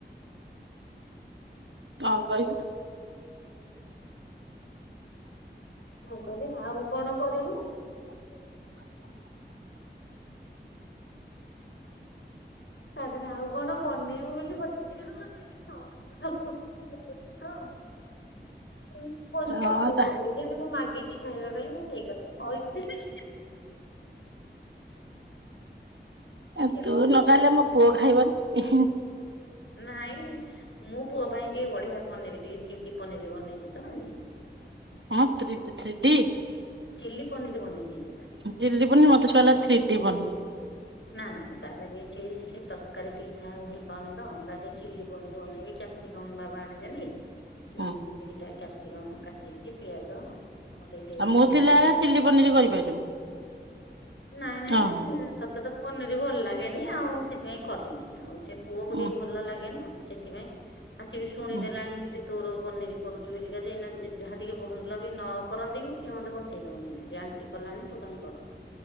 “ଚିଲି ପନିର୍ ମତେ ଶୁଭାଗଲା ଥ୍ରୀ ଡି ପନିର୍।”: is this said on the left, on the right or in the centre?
Right